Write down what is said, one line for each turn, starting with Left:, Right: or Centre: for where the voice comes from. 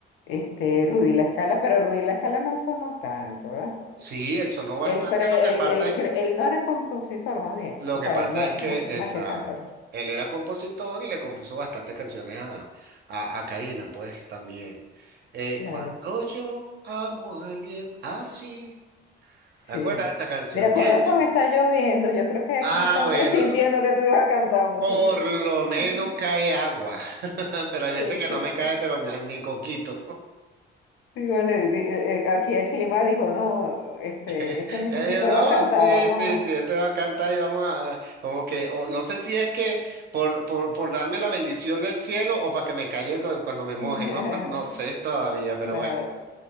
Left: Este, Rudy La Scala, pero Rudy La Scala no sonó tanto, ¿verdad?
Right: Sí, él sonó bastante.
Left: Él, pero él,
Right: Lo que pasa
Left: él,
Right: es,
Left: cre- él no era compositor, más bien,
Right: lo
Left: o
Right: que
Left: sea,
Right: pasa
Left: él no,
Right: es que,
Left: más, que- más
Right: exacto,
Left: que cantante,
Right: él era compositor y le compuso bastantes canciones a, a, a Karina, pues también. Eh,
Left: claro,
Right: cuando yo amo a alguien así,
Left: sí.
Right: ¿te acuerdas de esa canción?
Left: Mira,
Right: Bien.
Left: con razón
Right: chamo.
Left: está lloviendo, yo creo que aquí
Right: Ah,
Left: están
Right: bueno,
Left: <laughs> presintiendo que tú ibas a cantar, muchacho.
Right: por lo menos
Left: <laughs>
Right: cae agua, <laughs> pero hay
Left: Sí,
Right: veces que no
Left: claro.
Right: me cae, pero ni, ni coquito.
Left: Sí, vale, di- eh, eh, aquí el clima dijo, no, este,
Right: <laughs>
Left: este muchachito
Right: Ellos, no,
Left: va a cantar,
Right: sí,
Left: vamos
Right: sí,
Left: a...
Right: sí, este va a cantar y vamos a, como que, o no sé si es que por, por, por darme la bendición del cielo o para que me calle cu- cuando me moje,
Left: <laughs>
Right: no, <laughs> no sé todavía, pero
Left: Claro,
Right: bueno.